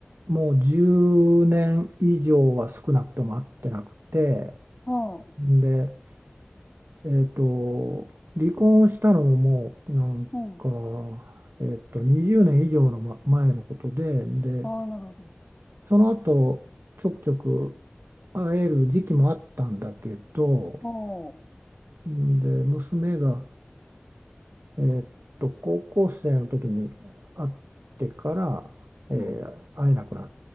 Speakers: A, on the right (about 80°); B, on the left (about 25°).
A: あ、もう10年以上は少なくとも会ってなくて。
B: ど。
A: で、えーと、離婚をしたのももうなんか、
B: うん。うん。
A: えーと、20年以上のま前のことで、で、
B: あー、なるほど。
A: その後ちょくちょく会える時期もあったんだけど、
B: おー。
A: で、娘が、えーと、高校生の時に会ってから、えー会えなくなっ
B: うん。